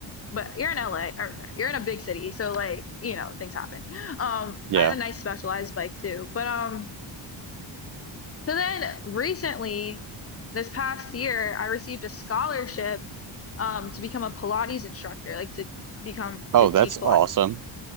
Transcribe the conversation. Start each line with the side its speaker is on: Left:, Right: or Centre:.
Left: but you're in LA, or sorry, you're in a big city, so like, you know, things happen. Um,
Right: Yeah.
Left: I had a nice specialized bike too, but um. So then recently, this past year, I received a scholarship um, to become a Pilates instructor, like to become
Right: Oh,
Left: to teach
Right: that's awesome.
Left: Pilates.